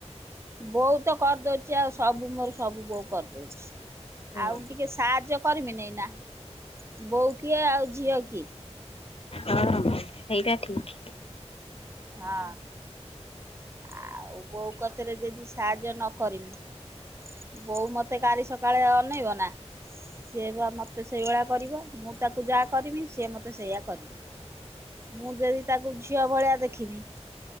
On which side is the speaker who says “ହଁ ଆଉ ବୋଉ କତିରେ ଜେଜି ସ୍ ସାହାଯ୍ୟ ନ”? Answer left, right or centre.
Right